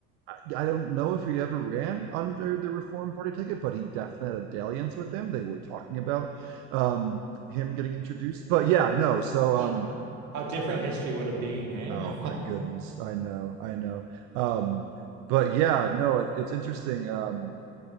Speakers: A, on the right (about 80°); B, on the right (about 60°).
A: I, I don't know if he ever ran under the Reform Party ticket, but he definitely had a dalliance with them. They were talking about um, him getting introduced. But yeah, no. So,
B: Oh,
A: um,
B: how different
A: I-
B: history would have been, hey?
A: oh my goodness, I know, I know. Um, but yeah, no, it, it's interesting. Um,